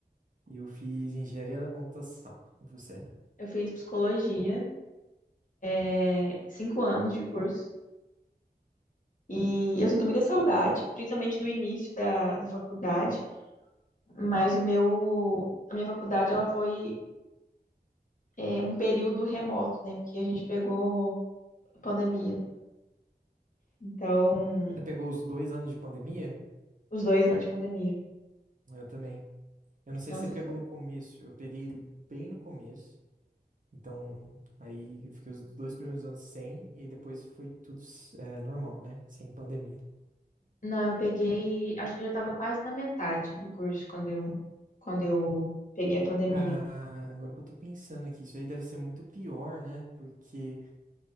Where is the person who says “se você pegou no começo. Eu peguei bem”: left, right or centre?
Right